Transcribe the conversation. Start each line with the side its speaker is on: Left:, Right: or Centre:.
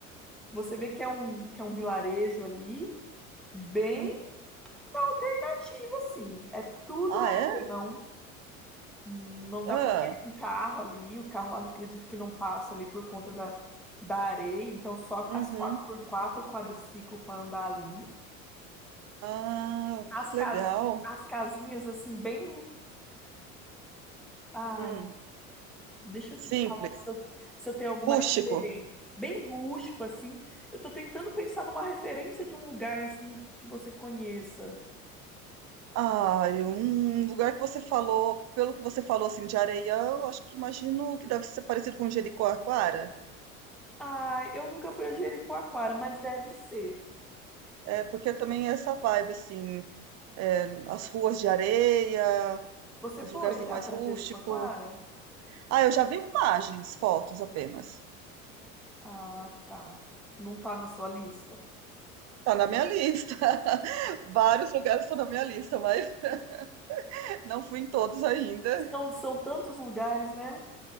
Centre: Você vê que é um, que é um vilarejo ali, bem.
Right: hum,
Centre: Na alternativa, sim. É tudo
Right: ah,
Centre: avião.
Right: é?
Centre: Não dá
Right: Ah,
Centre: para pegar um carro ali. O carro, acredito que não passa ali por conta da, da areia. Então, só
Right: uhum.
Centre: as quatro por quatro ou quadriciclo para andar ali.
Right: Ah,
Centre: As,
Right: que
Centre: cas,
Right: legal.
Centre: as casinhas, assim, bem. Ai,
Right: Hum,
Centre: deixa eu
Right: simples,
Centre: te falar se eu, se eu tenho alguma
Right: rústico.
Centre: referência. Bem rústico, assim. Eu tô tentando pensar numa referência de um lugar, assim, que você conheça.
Right: Ah, e um lugar que você falou, pelo que você falou assim, de Areião, acho que imagino que deve ser parecido com Jericoacoara.
Centre: Ai, eu nunca fui a Jericoacoara, mas deve ser.
Right: É, porque também é essa vibe, assim, é, as ruas de areia,
Centre: Você
Right: uns
Centre: foi
Right: lugarzinhos
Centre: já
Right: mais
Centre: para
Right: rústico.
Centre: Jericoacoara?
Right: Ah, eu já vi imagens, fotos apenas.
Centre: Ah, tá. Não tá na sua lista.
Right: Tá na minha lista. <laughs> Vários lugares estão na minha lista, mas <laughs> não fui em todos ainda.
Centre: São, são tantos lugares, né?